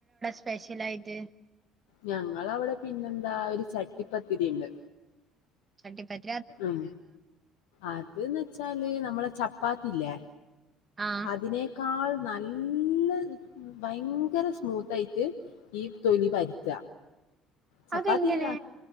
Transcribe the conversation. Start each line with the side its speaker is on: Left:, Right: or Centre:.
Right: സ്പെഷ്യലായിട്ട്
Left: ഞങ്ങളവിടെ പിന്നെന്താ ഒരു ചട്ടിപത്തിരിണ്ട്.
Right: ചട്ടി
Left: ഉം. അത്ന്ന്ച്ചാല് നമ്മളെ ചപ്പാത്തില്ലേ?
Right: ആഹ്
Left: അതിനേക്കാൾ നല്ല ഭയങ്കര സ്മൂത്തായിട്ട് ഈ തൊലി പര്ത്ത. ചപ്പാത്തിയല്ല.
Right: അതെങ്ങനെ